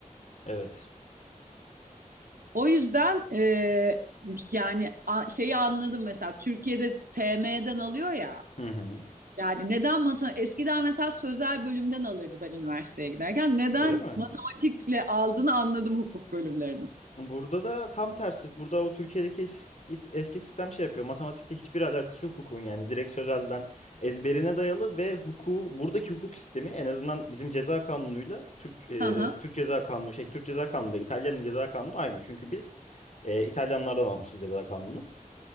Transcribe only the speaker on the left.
Evet.
Hı hı.
Öyle mi?
Burada da tam tersi. Burada o Türkiye'deki es- es- eski sistem şey yapıyor. Matematikte hiçbir alakası yok hukukun yani. Direkt sözelden ezberine dayalı ve hukuku buradaki hukuk sistemi en azından bizim ceza kanunuyla Türk e, e,
Türk ceza kanunu şey Türk ceza kanunu da İtalya'nın ceza kanunu aynı. Çünkü biz e, İtalyanlardan almışız ceza kanunu.